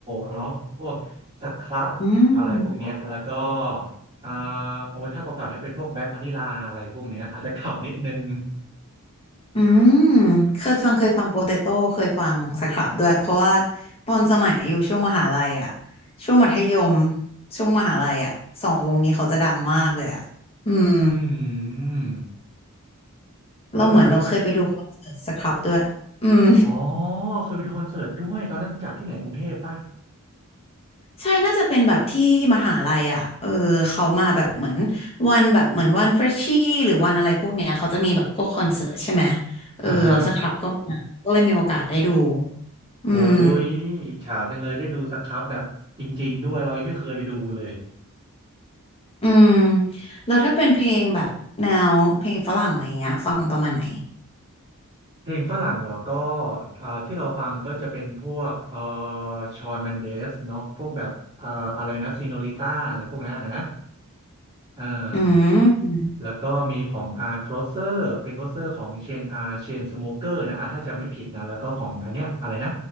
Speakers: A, on the right (about 25°); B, on the left (about 25°).
A: เนาะพวกสครับอะไรพวกเนี้ยแล้วก็
B: อืม
A: อ่าโอ้ถ้าเก่าๆเนี่ยเป็นพวกแบ็ควานิลาอะไรพวกเนี้ยอาจจะเก่านิดนึง
B: อืมเคยฟังเคยฟังโปเตโต้เคยฟังสครับด้วยเพราะว่าตอนสมัยอยู่ช่วงมหาลัยอ่ะช่วงมัธยมช่วงมหาลัยอ่ะสองวงนี้เขาจะดังมากเลยอ่ะอืม
A: อืม
B: เราเหมือนเราเคยไปดูคอนเสิร์ตสครับด้วยอืม
A: แล้วแบบเธออ๋อเคยไปดูคอนเสิร์ตด้วยตอนนั้นจัดที่ไหนกรุงเทพป่ะ
B: ใช่น่าจะเป็นแบบที่มหาลัยอ่ะเออเขามาแบบเหมือนวันแบบเหมือนวันเฟรชชี่หรือวันอะไรพวกเนี้ยเขาจะมีแบบพวกคอนเสิร์ตใช่ไหมเออเราสครับก็มาก็เลยมีโอกาสได้ดู
A: อ่าฮะ
B: อืม
A: โอ้ยอิจฉาจังเลยได้ดูสครับแบบจริงๆด้วยเรายังไม่เคยไปดูเลย
B: อืมแล้วถ้าเป็นเพลงแบบแนวเพลงฝรั่งอะไรเงี้ยฟังประมาณไหน
A: เพลงฝรั่งเหรอก็อ่าที่เราฟังก็จะเป็นพวกเอ่อชอนเมนเดสเนาะพวกแบบเอ่ออะไรนะซีโนลิต้าอะไรพวกนั้นนะ อ่า
B: อืม
A: แล้วก็มีของอาร์ครเซอร์เพลงค l o เซอร์ของเชนอาร์เชนสโมเกอร์นะอ่าถ้าจำไม่ผิดนะแล้วก็ของอันเนี้ยอะไรนะ